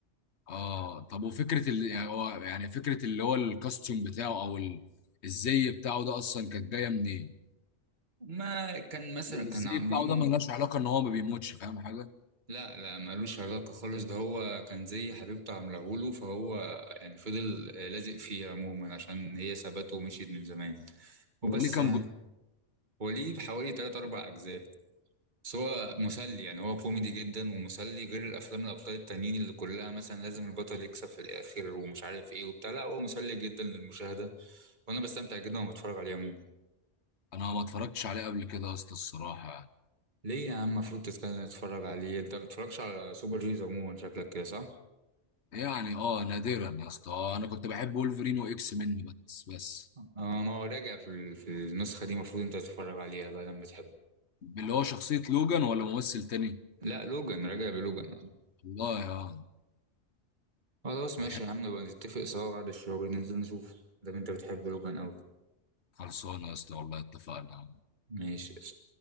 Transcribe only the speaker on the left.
اه طب وفكره ال... يعني هو يعني فكره اللي هو الكاستيوم بتاعه او ال... الزي بتاعه ده اصلا كانت جايه منين
الزي
بتاعه ده ملهاش علاقه ان هو ما بيموتش فاهم حاجه
هو ليه كام
جزء
انا ما اتفرجتش عليه قبل كده يا اسطى الصراحه يعني.
يعني اه نادرا يا اسطى آه، انا كنت بحب وولفرين واكس من بس بس
اللي هو شخصية لوجان ولا ممثل تاني
والله يا
ده
حلو
خلصانه يا اسطى والله اتفقنا